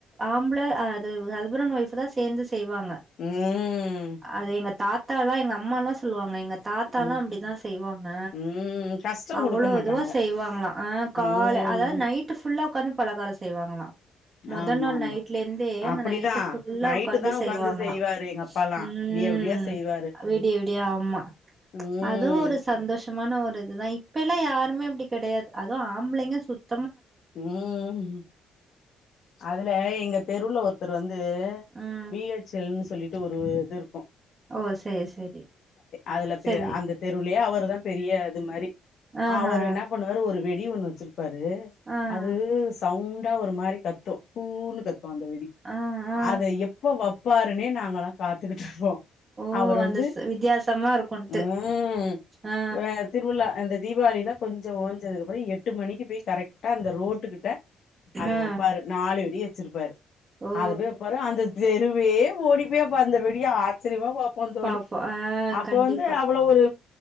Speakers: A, on the right; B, on the left.
A: ஆம்பளை அது சுப்ரன் வைஃப் சேர்ந்ஸ் செய்வாங்க
B: ம்
A: அது எங்க தாத் தலாம் எங்க அம்மாலாம் சொல்லுவாங்க தாத்தாலாம்
B: ம்
A: அப்படித்தான் செய்வாங்க
B: ம் கஷ்ட
A: அவ்ளோ
B: குடுக்க மாட்டாங்க
A: இதுவா செய்வாங்களாம் ஆஹ் கால்
B: ம்
A: அதாவ நைட்டு் புல்லா உக்காந்து பலகாரம் செய்வாங்களாம் மொத
B: ஆமா
A: நாள்
B: ஆமா
A: நைட்ல இந்தே அந்த
B: அப்டிதா
A: நைட்டு ஃபுல்லா
B: நைட்டு
A: உக்காந்து
B: தா
A: செய்வாங்களாம்
B: செய்வாரு எங்க அப்பாலா
A: உம்
B: விடிய விடிய செய்வாரு
A: விடிய விடிய ஆமா
B: ம்
A: அது ஒரு சந்தோஷ் சுமான ஒரு இதுதான் இப்ப எல்லாம் யாருமே அப்படி கிடையாது அதுவும் ஆம்பளைங்க சுத்
B: உஹம் அதுல எங்க தெருள்ள ஒருத்தர் வந்து
A: ம்
B: பி எச் எல் ன்னு சொல்லிட்டு ஒரு ஒரு இது இருக்கும்
A: ஒ சேரி சேரி
B: அதுல
A: சேரி
B: போய் அந்த தெருலே அவர் இவன் பெரிய அது மாரி
A: ஆஹா
B: அவரு என்ன பண்ணுவாரு ஒரு வெட் அடி ஒண்ணு வச்சிருப்பாரு
A: ஆ
B: அது சவுண் டா ஒரு மாரி கத்தோம் கூ ன்னு கத் அந்த வெடி
A: ஆ ஆ ஆ
B: அதை எப்ப வைப்பாருன்னே நாங்களா காத்துக்கிட்று இருப்போம்
A: ஓ
B: அவர்
A: அந்த
B: வந்து
A: வித்தியாசமா இருக்குன்ட்டு
B: உம்
A: ஆ
B: திருவிழா அந்த தீபாவளில கொஞ்சம் ஓஞ்சதுக்கப்புறம் எட்டு மணிக்கு போய்கரெக்ட் டா அந்த ரோட்டுக்கிட் ட அத
A: ஆ
B: வைப்பாரு நாலுவெடி வச்சிருப்பாரு
A: ஓ
B: அதுவே பாரு அந்தது தெருவே ஓடிப்போய் அப்ப அந்தவெடிய ஆச்சரியமா பாப் போம் தோழி
A: பாப்போ ஆ
B: அப்ப
A: கண்டிப்பா
B: வந்து அவ்வளோ ஒரு